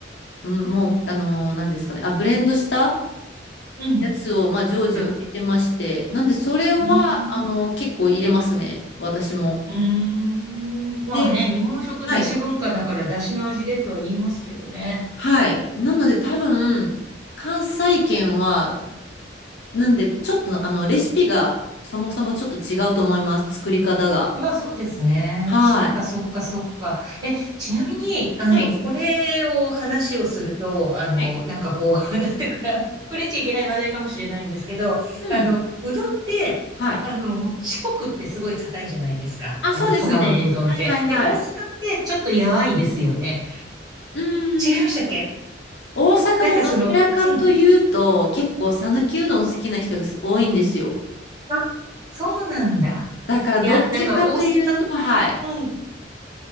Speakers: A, on the left; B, on the right.
A: うん、もう、あのー、何ですかね。あ、ブレンドした
B: うん。
A: やつを、まあ、常時置いてまして。
B: つ、
A: なんで、それは、
B: うー
A: あのー、
B: ん。
A: 結構入れますね。私も。
B: うーん。まあね、
A: で、
B: 日本食だし文化だからだしの味でとは言いますけどね。
A: はい。はい。なので、多分、関西圏は、なんで、ちょっと、あの、レシピが、そもそもちょっと違うと思います。作り方が。
B: まあそうですね。
A: はい。
B: そっかそっかそっか。え、ちなみに、あの、
A: はい。
B: これを話をすると、あの、
A: はい。
B: なんかこう、<laughs> なんていうかな、触れちゃいけない話題かもしれないんですけど、
A: うん。
B: あの、うどんって、
A: はい。
B: あの、四国ってすごい硬いじゃないですか。
A: あ、
B: あの、
A: そうですね。
B: 香川のうどんって。
A: はいはいはい。
B: で、大阪ってちょっとやわいですよね。
A: うーん。
B: 違いましたっけ
A: 大阪もどちらかというと、
B: なんかその、うん。
A: 結構讃岐うどん好きな人がす多いんですよ。
B: あ、そうなんだ。
A: だからどっちかというと、
B: いや、なんか大阪、
A: はい、
B: うん。